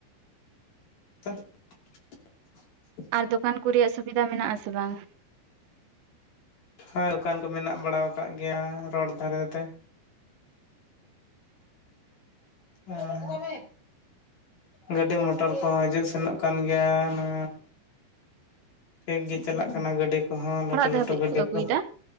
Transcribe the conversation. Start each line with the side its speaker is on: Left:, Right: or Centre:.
Left: <unintelligible>
Right: ᱟᱨ ᱫᱚᱠᱟᱱ ᱠᱩ ᱨᱮᱭᱟᱜ ᱥᱩᱵᱤᱫᱟ ᱢᱮᱱᱟᱜᱼᱟ ᱥᱮ ᱵᱟᱝ?
Left: ᱦᱳᱭ ᱫᱚᱠᱟᱱ ᱠᱚ ᱢᱮᱱᱟᱜ ᱵᱟᱲᱟ ᱟᱠᱟᱜ ᱜᱮᱭᱟ ᱨᱳᱰ ᱫᱷᱟᱨᱮ ᱛᱮ ᱾ <inaudible> ᱦᱮᱸ ᱾ ᱜᱟᱹᱰᱤ ᱢᱚᱴᱚᱨ ᱠᱚᱦᱚᱸ ᱦᱤᱡᱩᱜ ᱥᱮᱱᱚᱜ ᱠᱟᱱ ᱜᱮᱭᱟ, ᱚᱱᱟ ᱴᱷᱤᱠ ᱜᱮ ᱪᱟᱞᱟᱜ ᱠᱟᱱᱟ ᱜᱟᱹᱰᱤ ᱠᱚᱦᱚᱸ ᱞᱟᱸᱴᱷᱩ
Right: ᱚᱲᱟᱜ ᱫᱷᱟᱹᱵᱤᱡ
Left: ᱞᱟᱸᱴᱷᱩ ᱜᱟᱹᱰᱤ
Right: ᱟᱹᱜᱩᱭᱮᱫᱟ
Left: ᱠᱚ,